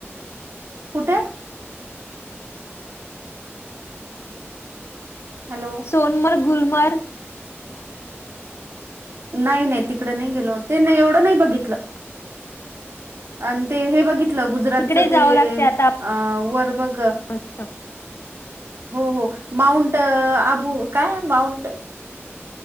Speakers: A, on the right; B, on the left.
A: कुठे? हॅलो
B: सोनमर्ग, गुलमर्ग.
A: नाय नाय तिकड नाय गेलो त्यांनी एवढं नाय बघितलं. आणि ते हे बघितलं गुजरातच
B: तिकडे
A: ते
B: जावं लागते आता
A: अ वर बघ
B: <unintelligible>
A: हो हो माऊंट आबू काय माऊंट